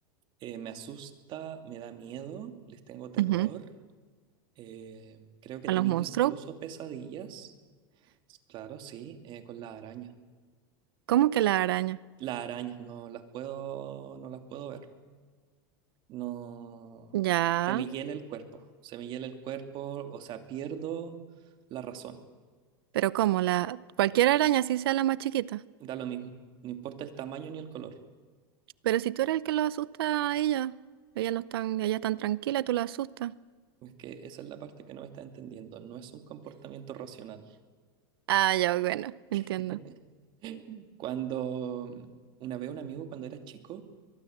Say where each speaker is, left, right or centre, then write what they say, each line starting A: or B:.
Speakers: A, on the right; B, on the right.
A: eh, me asusta, me da miedo, les tengo terror.
B: Ujú.
A: eh, creo que
B: a
A: he tenido
B: los monstruos.
A: incluso pesadillas. Claro, sí, eh, con las arañas.
B: ¿Cómo que la araña?
A: Las arañas no las puedo, no las puedo ver. no
B: Ya,
A: se me hiela el cuerpo, se me hiela el cuerpo, o sea, pierdo la razón,
B: pero ¿cómo? La, cualquier araña, así sea la más chiquita.
A: da lo mismo, no importa el tamaño ni el color.
B: Pero si tú eres el que lo asusta a ella, ella no están, ella tan tranquila, tú la asustas.
A: Es que esa es la parte que no me está entendiendo, no es un comportamiento racional.
B: Ah, ya, bueno, entiendo.
A: <laughs> Cuando una vez un amigo, cuando era chico,